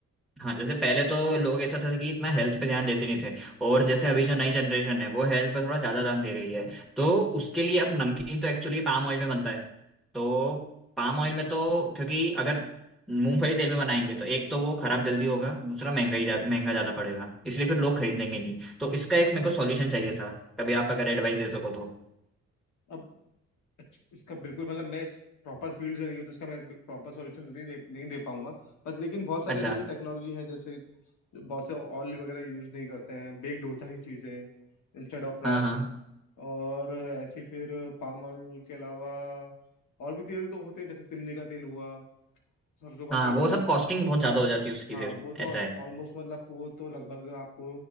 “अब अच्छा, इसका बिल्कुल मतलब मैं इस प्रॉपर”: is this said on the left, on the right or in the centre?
Left